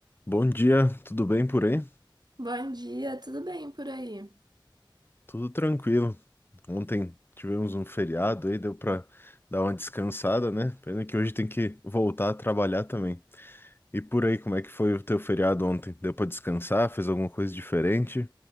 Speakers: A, on the left; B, on the right.
A: Bom dia, tudo bem por aí?
B: Bom dia, tudo bem por aí?
A: Tudo tranquilo. Ontem tivemos um feriado aí, deu pra dar uma descansada, né? Pena que hoje tem que voltar a trabalhar também. E por aí, como é que foi o teu feriado ontem? Deu pra descansar? Fez alguma coisa diferente?